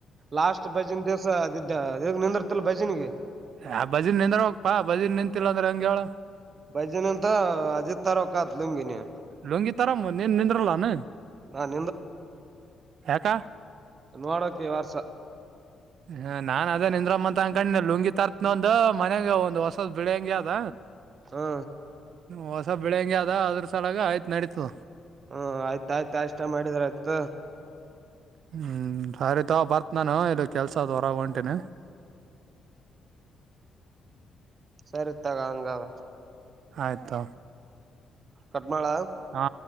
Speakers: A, on the right; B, on the right.
A: ಲಾಸ್ಟ್ ಬಜನ್ ದಿವ್ಸ ಅದ್ದ ನಿಂದಿರ್ತಲ್ಲ ಬಜನ್ಗೆ
B: ಯ ಬಜೀರ್ ನಿಂದ್ರ ಹೋಗ್ಪಾ ಬಜೀರ್ ನಿಂತಿಲ್ಲ ಅಂದ್ರೆ ಹಂಗ ಹೇಳ
A: ಬೈಜನ್ ಅಂತ ಅಜಿ ತರಕ್ಕತ್ಗಿನಿ
B: ಲುಂಗಿ ತರಮ್ಮ ನೀನ್ ನಿಂದ್ರಲ್ಲಾನ
A: ನಾನ್
B: ಯಾಕ
A: ನೋಡೋಕೆ ವಾರಸ
B: ಹ ನಾನ್ ಅದೇನ್ಂದ್ರಮ್ಮ ಅ ಅಕಂಡ ಲುಂಗಿ ತತ್ನೊಂದ ಮನ್ಯಾಗ ಒಂದ್ ಹೊಸದ್ ಬಿಳಿ ಹಂಗಗೆ ಅದ
A: ಹಾ
B: ಹೊಸ ಬೆಳಂಗಗೆ ಅದ ಅದ್ರ ಸಲಾಗ ಆಯ್ತು ನಡೀತು
A: ಹ್ಮ್ ಆಯ್ತಾಯಯ್ತಾ ಇಷ್ಟ ಮಾಡಿದ್ರ ಆಯ್ತ
B: ಹ್ಮ್ ಸರಿೀತ ಬರ್ತ್ ನಾನು ಇಲ್ಲಿ ಕೆಲ್ಸದ್ ಹೊರಗ ಹೊಂಟನಿ
A: ಸರ್ತ್ತಾಗಂಗ
B: ಆಯ್ತಾ
A: ಕಟ್ ಮಾಡ.
B: ಹಾ